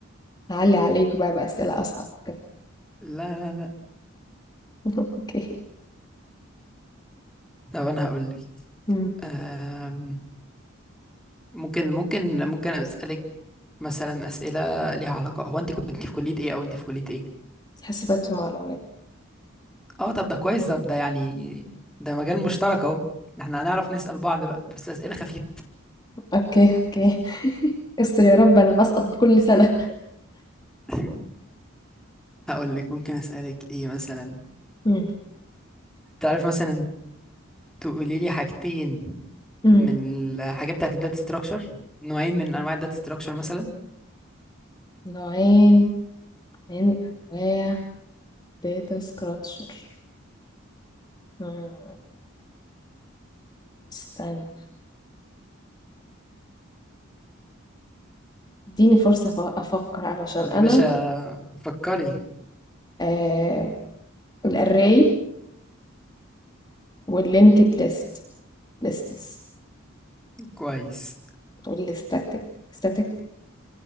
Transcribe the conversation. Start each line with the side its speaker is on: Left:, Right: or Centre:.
Left: هعلي عليك بقى بأسئلة اصعب كده
Centre: لا لا لا
Left: <laughs> اوكي
Centre: طب انا هقول لك
Left: أمم،
Centre: أم، ممكن ممكن ممكن اسالك مثلا اسئله ليها علاقه هو انت كنت في كليه ايه او انت في كليه ايه
Left: حاسبات ومعلومات
Centre: اه طب ده كويس طب ده يعني ده مجال مشترك اهو احنا هنعرف نسال بعض بقى بس اسئله خفيفه
Left: اوكي اوكي استر يا رب انا بسقط كل سنة
Centre: <laughs> هقول لك ممكن اسالك ايه مثلا
Left: <laughs> أمم،
Centre: تعرف مثلا تقولي لي حاجتين
Left: أمم.
Centre: من الحاجات بتاعت الداتا ستراكشر نوعين من انواع الداتا ستراكشر مثلا
Left: نوعين من أنواع data structure آه، استنى اديني فرصة أف- أفكر علشان
Centre: يا
Left: أنا
Centre: باشا فكري
Left: آه الأري واللينكد ليست ليستس
Centre: كويس
Left: والستاتيك ستاتيك